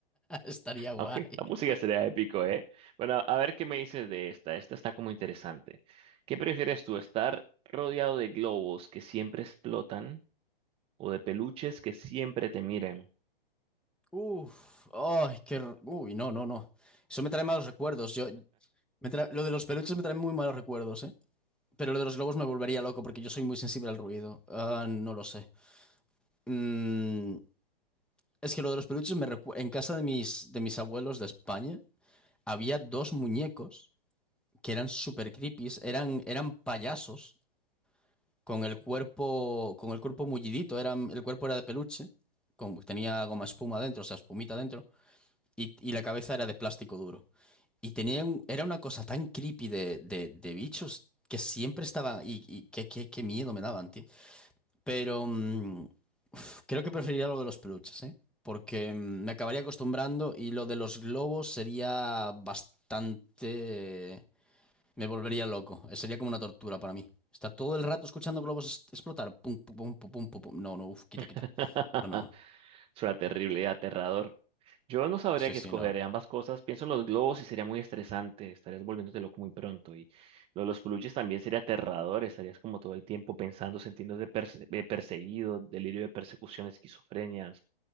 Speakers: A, in the centre; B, on the right (about 20°).
A: Estaría guay.
B: Aunque la música sería épico, ¿eh? Bueno, a a ver qué me dices de esta. Esta está como interesante. ¿Qué prefieres tú, estar rodeado de globos que siempre explotan o de peluches que siempre te miren?
A: Uf, ay, qué. r- Uy, no, no, no. Eso me trae malos recuerdos. Yo, me trae- lo de los peluches me trae muy malos recuerdos, ¿eh? Pero lo de los globos me volvería loco porque yo soy muy sensible al ruido. Ah, no lo sé. Mm, es que lo de los peluches me recu- En casa de mis, de mis abuelos de España había dos muñecos que eran super creepies, eran, eran payasos. con el cuerpo, con el cuerpo mullidito, era, el cuerpo era de peluche, con, tenía goma espuma dentro, o sea, espumita dentro, y, y la cabeza era de plástico duro. Y tenía un- era una cosa tan creepy de, de, de bichos que siempre estaban, y, y qué, qué- qué miedo me daban, tío. Pero mm, uf, creo que preferiría lo de los peluches, ¿eh? Porque mm, me acabaría acostumbrando y lo de los globos sería bastante... Me volvería loco. Eh, Sería como una tortura para mí. Estar todo el rato escuchando globos es- explotar. Pum, pum, pum, pum, pum, pum, pum. No, no, uf, quita,
B: <laughs>
A: quita. No, no, no.
B: Suena terrible y aterrador. Yo no sabría
A: Sí,
B: qué
A: sí,
B: escoger,
A: no.
B: eh, ambas cosas. Pienso en los globos y sería muy estresante. Estarías volviéndote loco muy pronto. Y lo de los peluches también sería aterrador. Estarías como todo el tiempo pensando, sintiéndote perse- eh, perseguido, delirio de persecución, esquizofrenia.